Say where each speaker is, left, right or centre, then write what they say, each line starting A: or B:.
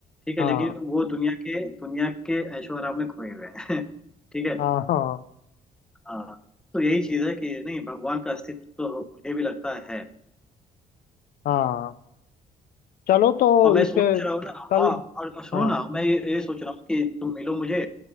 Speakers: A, in the centre; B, on the left.
A: ठीक
B: हाँ
A: है लेकिन वो दुनिया के दुनिया के ऐशो आराम में खोए हुए हैं <laughs> ठीक है
B: हाँ हाँ
A: हाँ तो यही चीज है कि नहीं भगवान का अस्तित्व तो मुझे भी लगता है
B: हाँ चलो तो
A: और मैं
B: इस
A: सोच
B: पे
A: रहा हूँ ना
B: कल
A: हाँ और और सुनो
B: हाँ
A: ना मैं ये ये सोच रहा हूँ कि तुम मिलो मुझे